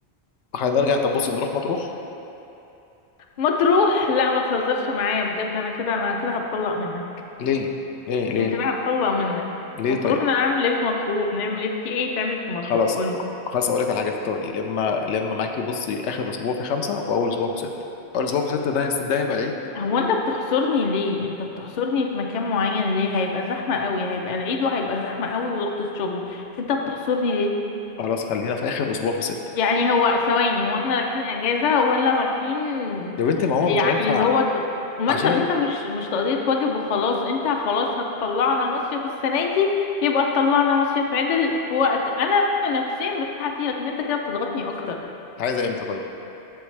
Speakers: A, on the left; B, on the left.
A: هنرجع طب بص نروح مطروح
B: ما تروح لا ما تهزرش معايا بجد انا كده انا كده هتطلق منك
A: ليه ليه ليه
B: انا كده هتطلق منك
A: ليه
B: ما
A: طيب
B: تروح انا اعمل ايه في مطروح نعمل ايه في ايه تعمل في مطروح
A: خلاص
B: قولي
A: خلاص اقول لك على حاجه اختاري لما لما معاكي بصي اخر اسبوع في خمسه واول اسبوع في سته اول اسبوع في سته ده هيس- ده هيبقى العيد
B: هو انت بتحصرني ليه انت بتحصرني في مكان معين ليه هيبقى زحمة قوي هيبقى العيد وهيبقى زحمة قوي وضغطة شغل انت بتحصرني ليه
A: خلاص خلينا في اخر اسبوع في سته
B: يعني هو ثواني هو احنا رايحين اجازة ولا رايحين
A: يا بنتي ما هو مش
B: يعني
A: هينفع
B: اللي هو ت... ما
A: عشان
B: انت انت
A: انت
B: مش مش تقضية واجب وخلاص انت خلاص هتطلعنا مصيف السنة دي يبقى تطلعنا مصيف عدل في وقت انا نفسيا مرتاحة فيه لكن انت كده بتضغطني اكتر
A: عايزه امتى طيب